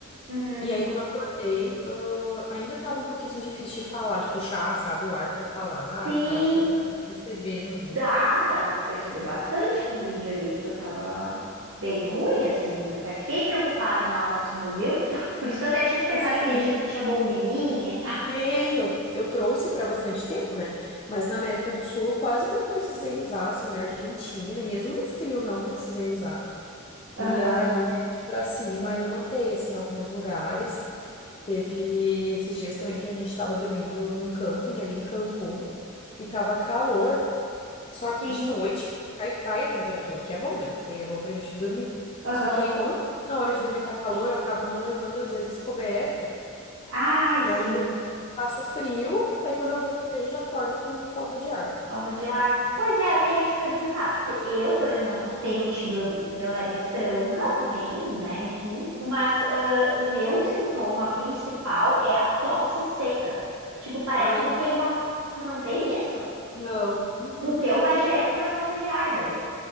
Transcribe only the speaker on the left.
E aí, quando eu acordei, ah, ainda tava um pouquinho assim difícil de falar, de puxar, sabe, o ar pra falar
e tal. Acho que até dá pra perceber no vídeo.
<laughs>
Sim.
Tenho. Eu trouxe pra bastante tempo, né? Mas na América do Sul eu quase não precisei usar, assim, na Argentina, e mesmo no frio não precisei usar.
E aí, aqui pra cima, eu notei, assim, alguns lugares. Teve esses dias também que a gente tava dormindo num camping ali em Cancún e tava calor. Só que
de noite cai, cai a temperatura, o que é bom, né? Porque daí é bom pra gente dormir.
Só que aí, como na hora de dormir tá calor, eu acabo não levando, às vezes, coberta.
E aí
eu passo frio, daí quando eu vejo, eu já acordo com falta de ar.
Ah, eu
não
tenho.
Não. Uh-uh.